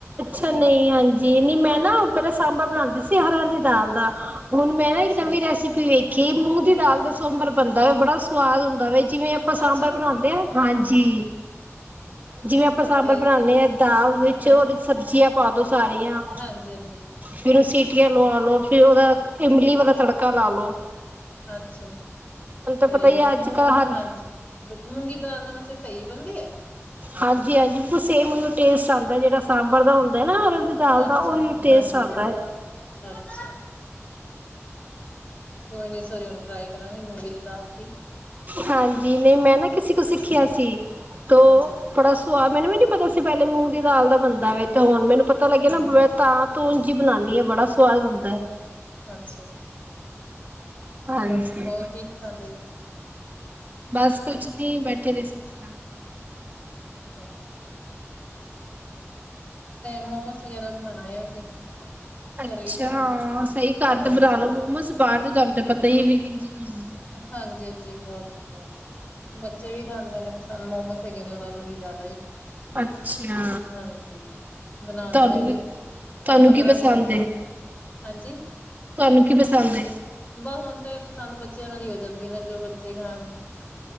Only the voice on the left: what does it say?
ਅੱਛਾ
ਜੀ,
ਅੱਛਾ ਜੀ।
ਤੇ
ਹਾਂ
ਹਾਂਜੀ ਹਾਂਜੀ,
ਅੱਛਾ। ਤੇ
ਮੂੰ
ਹਾਂਜੀ ਮੂੰਗੀ ਦੀ ਦਾਲ ਵਾਸਤੇ ਸਹੀ ਬਣਦੀ ਐ।
ਅੱਛਾ
ਜੀ
ਹਾਂਜੀ
ਅੱਛਾ। ਕੋਈ ਨੀ ਸੋਰੀ ਹੁਣ ਟ੍ਰਾਈ ਕਰਾਂਗੇ ਮੂੰਗੀ ਦੀ ਦਾਲ ਦੀ।
ਅੱਛਾ ਜੀ
ਹਾਂਜੀ
ਅੱਛਾ ਜੀ।
ਹੋਰ, ਹੋਰ ਕੀ ਪਸੰਦ ਐ।
ਅੱਛਾ। ਮੋਮੋਸ ਵਗੈਰਾ ਬਣਾਣੇ ਆ ਅਸੀਂ।
ਘਰੇ ਹੀ
ਹਾਂਜੀ
ਹਾਂਜੀ, ਹਾਂਜੀ ਬਹੁਤ ਬਹੁਤ ਬੱਚੇ ਵੀ ਖਾਂਦੇ ਨੇ ਪਸੰਦ ਮੋਮੋਸ ਹੈਗੇ ਨੇ ਉਹਨਾਂ ਨੂੰ ਵੀ ਜ਼ਿਆਦਾ ਹੀ।
ਹਾਂਜੀ ਬਣਾ
ਲੈਂਦੇ
ਹਾਂ
ਜੀ
ਪੰਦਰਾਂ
ਦਿਨਾਂ ਚ
ਹਾਂਜੀ
ਬ ਹੁਣ ਤਾਂ ਪਸੰਦ ਬੱਚਿਆਂ ਨਾਲ ਹੀ ਹੁੰਦਾ ਨਾ ਜੋ ਬੱਚੇ ਖਾਣ,